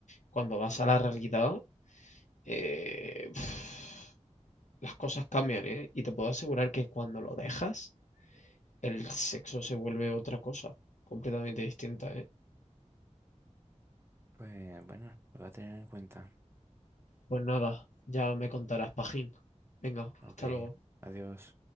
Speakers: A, on the left; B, on the right.
A: cuando vas a la realidad, eh, <sniffs> las cosas cambian, ¿eh? Y te puedo asegurar que cuando lo dejas el sexo se vuelve otra cosa, completamente distinta, ¿eh?
B: pues bueno, lo voy a tener en cuenta.
A: Pues nada, ya me contarás, Pajín. Venga, hasta
B: Ok,
A: luego.
B: adiós.